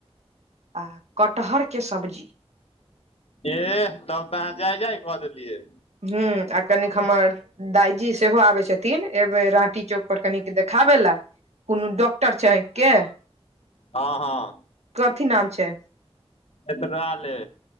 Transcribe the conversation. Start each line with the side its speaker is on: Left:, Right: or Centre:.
Right: आ कटहर के सब्जी।
Left: एह तब तऽ अहाँ जाय -जाय कऽ देलियै।
Right: हू आ कनी खमर। दाइजी सेहो आबै छथिन, एयबै राँटी चौक पर, कनिक देखाबै लए। कोनो डॉक्टर छै आँख के?
Left: हँ- हँ
Right: कथी नाम छै
Left: एतबै नै।